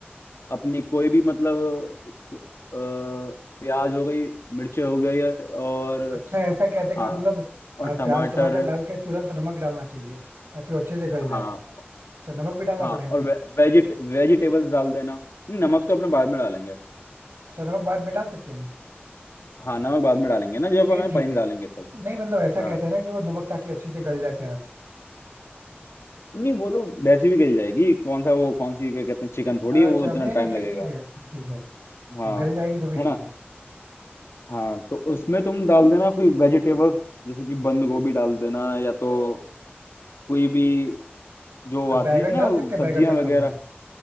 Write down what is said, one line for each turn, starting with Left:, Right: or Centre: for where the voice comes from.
Left: अपनी कोई भी मतलब अ, प्याज हो गई मिर्च हो गई और
Right: अच्छा ऐसा कहते हैं
Left: हाँ
Right: कि मतलब
Left: और
Right: अ,
Left: टमाटर
Right: प्याज टमाटर डाल के तुरंत नमक डालना चाहिए ताकि वो अच्छे से गल जाए
Left: हाँ
Right: तो नमक भी डालना
Left: हाँ
Right: पड़ेगा
Left: और
Right: तुरंत
Left: वे, वेजिट वेजिटेबल्स डाल देना नमक तो अपने बाद में डालेंगे
Right: अच्छा नमक बाद में डाल सकते हैं
Left: हाँ नमक बाद में डालेंगे ना जब
Right: फिर
Left: हमें
Right: ठीक
Left: पनीर
Right: है
Left: डालेंगे तब
Right: नहीं मतलब ऐसा
Left: हाँ।
Right: कहते हैं ना कि वो नमक ताकि अच्छे से गल जाए प्याज
Left: नहीं वो तो वैसे भी गल जाएगी कौन सा वो कौन सी क्या कहते हैं चिकन थोड़ी
Right: अच्छा
Left: है वो इतना
Right: नहीं नहीं
Left: टाइम
Right: फिर
Left: लगेगा
Right: ठीक है फिर ठीक है फिर
Left: हाँ
Right: गल जाएगी तो फिर
Left: है ना
Right: ठीक है
Left: हाँ तो उसमें तुम डाल देना कोई वेजिटेबल्स जैसे कि बंद गोभी डाल देना या तो कोई भी जो
Right: अब
Left: आती
Right: बैगन
Left: है ना
Right: डाल
Left: वो
Right: सकते हैं
Left: सब्जियां
Right: बैगन रखा
Left: वगैरह
Right: हुआ है